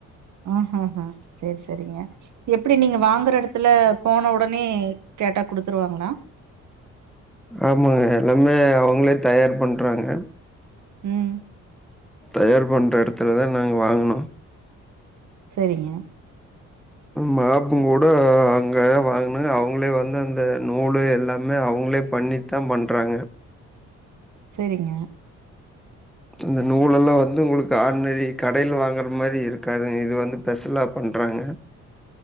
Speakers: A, on the right; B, in the centre.
A: ஆ ஆ ஆ செரி செரிங்க எப்டி நீங்க வாங்குற இடத்துல போன உடனே கேட்டா குடுத்துருவாங்களா
B: ஆமாங்க எல்லாமே அவங்களே தயார் பண்றாங்க
A: ம்
B: தயார் பண்ற இடத்துல தா நாங்க வாங்குனோ
A: செரிங்க
B: மாப்பும் கூட அங்கே வாங்கின அவங்களே வந்து அந்த நூலு எல்லாமே அவங்களே பண்ணித்தா பண்றாங்க
A: செரிங்க
B: இந்த நூலெல்லாம் வந்து உங்களுக்கு ஆட்நரி கடையில வாங்கற மாரி இருக்காதுங்க இது வந்து ஸ்பெஷலா பண்றாங்க